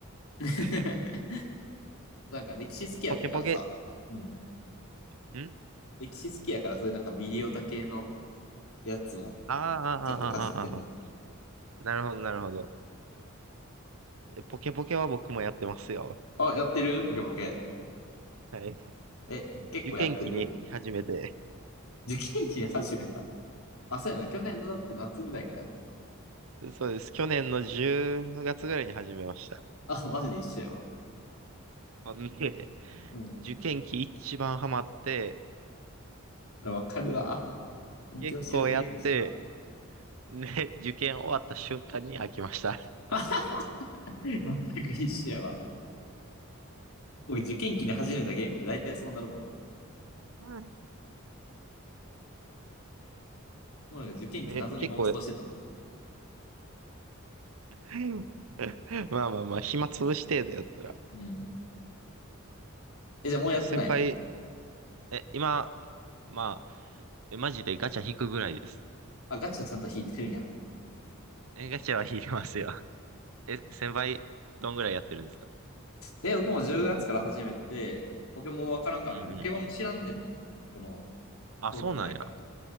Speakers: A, on the left; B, on the right.
A: <laughs>
B: う。<laughs> え
A: なんか、歴史好きやったからさ、
B: ポケポケ、
A: うん。
B: えん
A: 歴史好きやから、そういうなんかミリオタ系のやつも、
B: ああ、
A: ちょっとかじってんねん。
B: あーあー、あーあー、あーなるほど、なるほど。えポケポケは僕もやってますよ。
A: あ、やってるポケポケ。
B: はい。
A: え、結構やってる
B: 受験期に始めて。
A: 受験期に始めた。あ、そうやな。去年のだって夏ぐらいからやもんな。
B: そうです。去年の10月ぐらいに始めました。
A: あ、マジで一緒やわ。
B: ほんで、<laughs>
A: うん。
B: 受験期一番ハマって、
A: わかるわ。勉強してるとゲームしたな、
B: 結構やって、
A: もう。
B: ね、受験終わった瞬間に飽きました。
A: <laughs> あ全く一緒やわ。僕、受験期に始めたゲームって大体そうなるもんな。
B: うん。
A: もうなんか受験期謎に妄想してたもん。
B: ね、結構、<laughs> まあまあまあ、暇つぶし程度やったら。
A: うん。え、じゃあもうやってないの
B: え、先輩、え、今、まあ、え、マジでガチャ引くぐらいです。
A: あ、ガチャちゃんと引いてるんや。
B: え、ガチャは引きますよ。え、先輩、どんぐらいやってるんですか
A: え、僕も10月から始めて、ポケモンわからんかった。
B: うんうん。
A: ポケモン知らんねんな。この、
B: あ、
A: 通ってないから。
B: そうなんや。